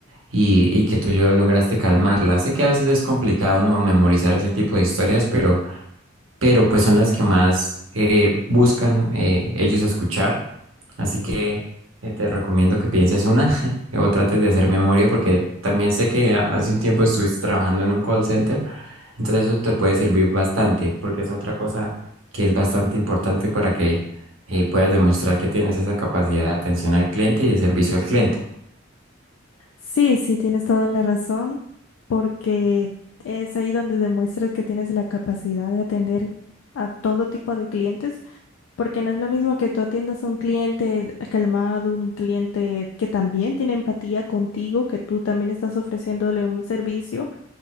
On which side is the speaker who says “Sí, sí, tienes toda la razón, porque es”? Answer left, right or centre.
Left